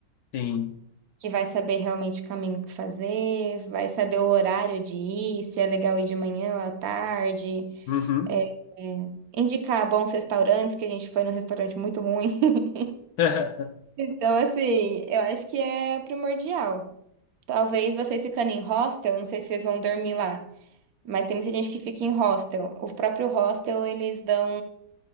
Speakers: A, on the left (about 70°); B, on the right (about 55°).
A: sim.
B: que vai saber realmente o caminho que fazer, vai saber o horário de ir, se é legal ir de manhã ou à tarde,
A: Uhum.
B: é, é, indicar bons restaurantes, que a gente foi num restaurante muito ruim. <laughs>
A: <laughs>
B: Então, assim, eu acho que é primordial. Talvez vocês ficando em hostel, não sei se vocês vão dormir lá, mas tem muita gente que fica em hostel. O próprio hostel, eles dão